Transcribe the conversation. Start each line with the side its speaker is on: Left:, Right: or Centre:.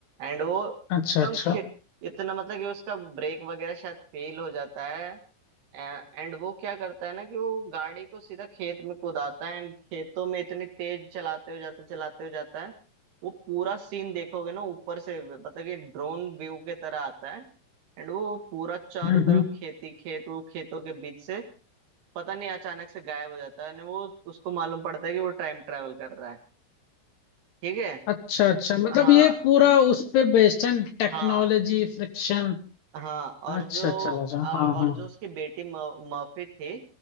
Right: एंड वो
Left: अच्छा
Right: एकदम
Left: अच्छा
Right: खे- इतना मतलब कि उसका ब्रेक वगैरह शायद फेल हो जाता है एंड वो क्या करता है ना कि वो गाड़ी को सीधा खेत में कुदाता है एंड खेतों में इतनी तेज चलाते हो जाता चलाते हो जाता है वो पूरा सीन देखोगे ना ऊपर से मतलब कि ड्रोन व्यू के तरह आता है एंड वो पूरा चारों
Left: हम्म
Right: तरफ
Left: हम्म
Right: खेती खेत वो खेतों के बीच से पता नहीं अचानक से गायब हो जाता है and वो उसको मालूम पड़ता है कि वो टाइम ट्रेवल कर रहा है ठीक है
Left: अच्छा अच्छा मतलब
Right: हाँ
Left: ये पूरा उस पे बेस्ड है Technology
Right: हाँ
Left: friction
Right: हाँ और
Left: अच्छा
Right: जो
Left: अच्छा राजा
Right: और,
Left: हाँ
Right: और
Left: हाँ
Right: जो उसकी बेटी म- मर्फी थी